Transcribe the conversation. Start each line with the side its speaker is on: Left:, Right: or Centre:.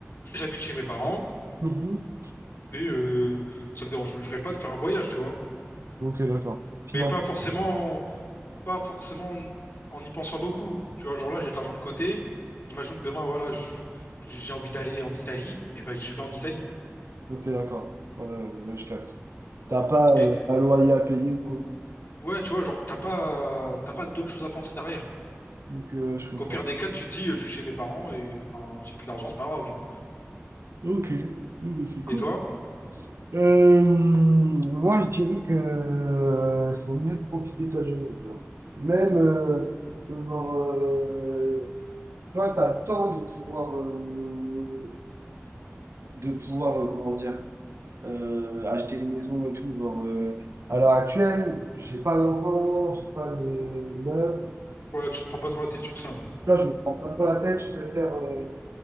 Left: j'habite chez mes parents
Right: Mhm.
Left: et euh, ça me dérangerait pas de faire un voyage, tu vois.
Right: Ok, d'accord. Finance.
Left: Mais pas forcément, pas forcément en en y pensant beaucoup. Tu vois, genre là, j'ai de l'argent de côté. Imagine que demain, voilà, je- j'ai envie d'aller en Italie, et ben, je vais en Italie.
Right: Ok, d'accord. Ouais, ouais, ouais, je capte. T'as pas euh,
Left: Et t-
Right: un loyer à payer ou quoi, quoi.
Left: ouais, tu vois, genre, t'as pas, t'as pas d'autres choses à penser derrière.
Right: Donc, euh, je comprends.
Left: Au pire des cas, tu te dis, euh, je suis chez mes parents et enfin, j'ai plus d'argent, c'est pas grave, genre.
Right: Ok, Oh, bah, c'est cool.
Left: Et toi?
Right: Euh, moi, je dirais que euh, c'est mieux de profiter de sa jeunesse. Genre. Même, euh, genre, euh, toi, tu le temps de pouvoir, euh, de pouvoir euh, comment dire, euh, acheter une maison et tout. Genre, euh, à l'heure actuelle, j'ai pas d'enfant, j'ai pas de meuf.
Left: Ouais, tu te prends pas trop la tête sur ça.
Right: Là, je me prends pas trop la tête, je préfère. euh,